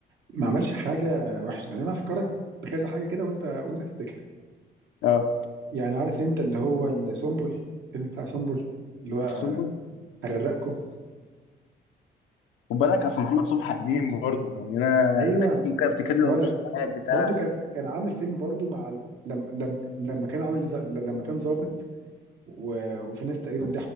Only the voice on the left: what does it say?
اه
السنبل
خد بالك اصل محمد صبحي قديم برضه يعني انا
ممكن افتكر له
الحاجات
بتاع